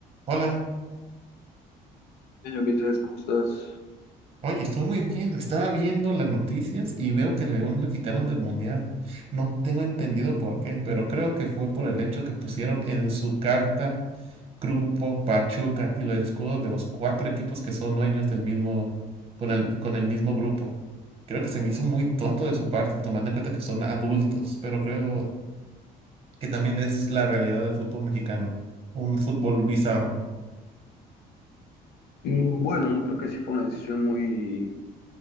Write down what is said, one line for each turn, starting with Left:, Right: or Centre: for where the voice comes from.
Right: Hola,
Left: Señor Ulises, ¿cómo estás?
Right: oye, estoy muy bien. Estaba viendo las noticias y veo que León lo quitaron del mundial. No tengo entendido por qué, pero creo que fue por el hecho que pusieron en su carta Grupo Pachuca y los escudos de los cuatro equipos que son dueños del mismo, con el, con el mismo grupo. Creo que se me hizo muy tonto de su parte, tomando en cuenta que son adultos, pero creo que también es la realidad del fútbol mexicano. Un fútbol bizarro.
Left: Mm, Bueno, creo que sí fue una decisión muy